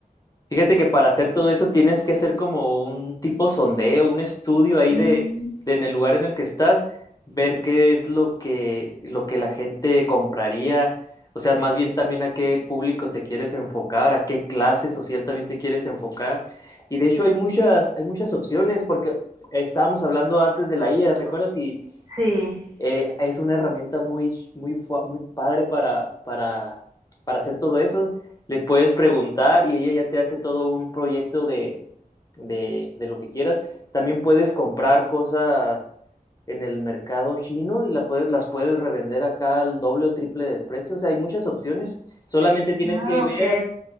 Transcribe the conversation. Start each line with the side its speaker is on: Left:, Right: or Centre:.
Left: Fíjate que para hacer todo eso tienes que hacer como un tipo sondeo, un estudio ahí
Right: Mm,
Left: de, de en el lugar en el que estás, ver qué es lo que, lo que la gente compraría, o sea, más bien también a qué público te quieres enfocar, a qué clase social también te quieres enfocar. Y de hecho hay muchas, hay muchas opciones, porque estábamos hablando antes de la IA, ¿recuerdas? Y,
Right: sí.
Left: eh, es una herramienta muy, muy, fu- muy padre para, para, para hacer todo eso. Le puedes preguntar y ella ya te hace todo un proyecto de, de, de lo que quieras. También puedes comprar cosas en el mercado chino y la puedes, las puedes revender acá al doble o triple del precio. O sea, hay muchas opciones. Solamente tienes
Right: Ah,
Left: que
Right: ok.
Left: ver